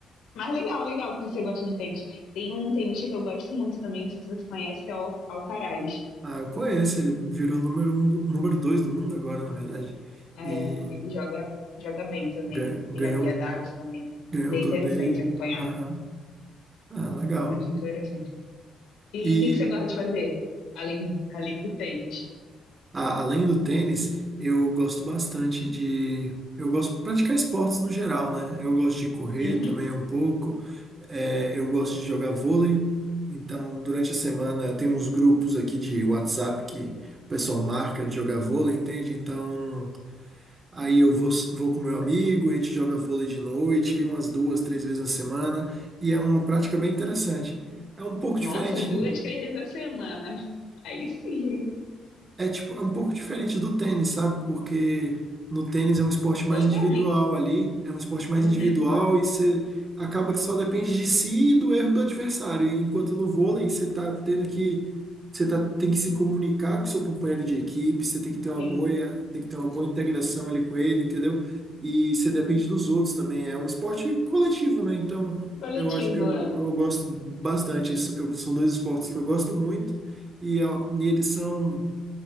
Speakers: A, on the left (about 80°); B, on the right (about 35°).
A: Mas legal, legal que você gosta de tênis. Tem um tenista que eu gosto muito também, não sei se você conhece, que é o Al- Alcaraz.
B: Ah, eu conheço, ele virou número um do, número dois do mundo agora, na verdade.
A: É,
B: E
A: ele joga, joga bem também.
B: gan-
A: Tem
B: ganhou,
A: habilidade
B: um,
A: também.
B: ganhou
A: Bem
B: o torneio.
A: interessante acompanhar.
B: Aham. Ah, legal.
A: Muito interessante. E
B: E
A: o que que você gosta de fazer? Além, além do tênis?
B: a- além do tênis, eu gosto bastante de. Eu gosto de praticar esportes no geral, né? Eu gosto de correr
A: Uhum.
B: também um pouco. É, eu gosto de jogar vôlei, então durante a semana tem uns grupos aqui de WhatsApp que o pessoal marca de jogar vôlei, entende? Então aí eu vou, vou com meu amigo, a gente joga vôlei de noite, umas duas, três vezes na semana, e é uma prática bem interessante. É um pouco
A: Nossa,
B: diferente
A: duas, três vezes a semana. Aí sim,
B: É tipo, é um pouco diferente do tênis, sabe? Porque no tênis é um esporte mais
A: totalmente.
B: individual ali, é um esporte mais
A: Uhum.
B: individual e você acaba que só depende de si e do erro do adversário. E Enquanto no vôlei você tá tendo que você tá, tem que se comunicar com seu companheiro de equipe, você tem que ter uma
A: Sim.
B: boa, tem que ter uma boa integração ali com ele, entendeu? E você depende dos outros também. É um esporte coletivo, né? Então,
A: Coletivo,
B: eu acho, eu, eu
A: é.
B: gosto bastante. Isso- eu- são dois esportes que eu gosto muito e, ó, e eles são